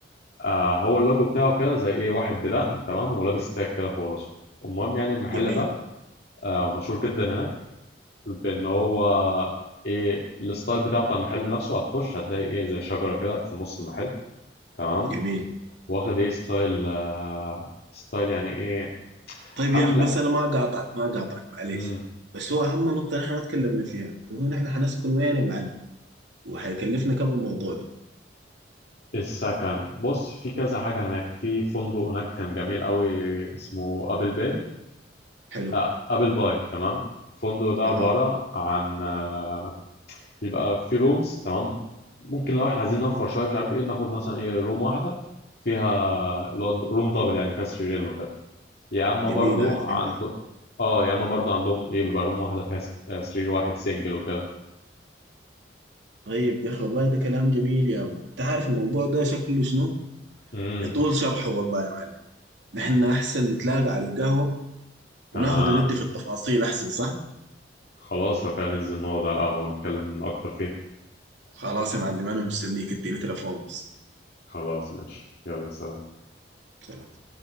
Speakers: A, on the left; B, on the right.
A: آه هو اللوجو بتاعه كده زي ايه واحد بدقن تمام ولابس تاج كده فوق راسه المهم يعني المحل
B: جميل
A: ده آه مشهور جدا هناك بان هو ايه الستايل بتاعه بتاع المحل نفسه هتخش هتلاقي ايه زي شجره كده في نص المحل تمام
B: جميل
A: واخد ايه ستايل آه، ستايل يعني ايه
B: طيب يا
A: عامل
B: اخي بس
A: لا
B: انا ما قاطعك ما قاطعك معليش
A: مم.
B: بس هو اهم نقطه نحن ما تكلمنا فيها اللي هو نحن حنسكن وين يا معلم وحيكلفنا كم الموضوع ده
A: السكن بص في كذا حاجه هناك في فندق هناك كان جميل قوي اسمه ابل باي
B: حلو
A: آه ابل باي تمام الفندق ده عباره
B: اها
A: عن آه بيبقى في رومز تمام ممكن لو احنا عايزين نوفر شويه مش عارف ايه ناخد مثلا ايه روم واحده فيها اللي هو روم دبل يعني فيها سريرين وكده يا اما
B: جميل
A: برضو
B: هاي
A: عنده
B: فهمت عليك
A: اه يا اما برضو عندهم ايه بيبقى روم واحده فيها س- آه، سرير واحد سنجل وكده
B: طيب يا اخي والله ده كلام جميل يا من انت عارف الموضوع ده شكله شنو
A: امم
B: يطول شرحه والله يا معلم نحن احسن نتلاقى على القهوه
A: تمام
B: وناخذ وندي في التفاصيل احسن صح
A: خلاص لو كان ننزل نقعد على القهوه ونتكلم اكتر فيه
B: خلاص يا معلم انا مستنيك اديني تليفون بس
A: خلاص ماشي يلا سلام
B: سلام